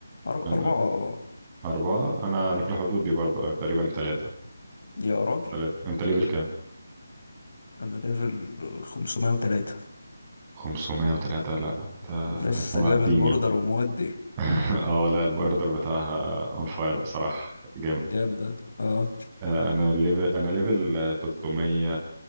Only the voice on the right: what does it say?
انا
اربعة انا انا في الحدود دي برضه آه، تقريبا ثلاثة
ثلاثة انت ليفل كام
503 لا انت
انت معديني
<laughs> اه لا البوردر بتاعها اون فاير بصراحة جامد
آه، انا ليفل انا ليفل آه، 300